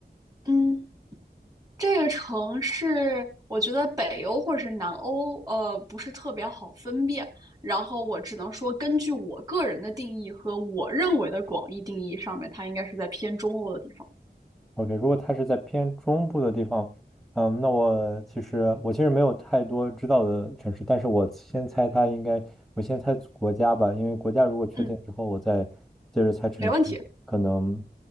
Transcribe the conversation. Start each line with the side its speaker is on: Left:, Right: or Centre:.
Right: 嗯，这个城市，我觉得北欧或者是南欧，呃，不是特别好分辨。然后我只能说，根据我个人的定义和我认为的广义定义上面，它应该是在偏中欧的地方。
Centre: ？OK，如果他是在偏中部的地方，嗯，那我其实我其实没有太多知道的城市，但是我先猜他应该，我先猜国家吧，因为国家如果确定之后，
Right: 嗯，
Centre: 我再接着猜城市，
Right: 没问题，
Centre: 可能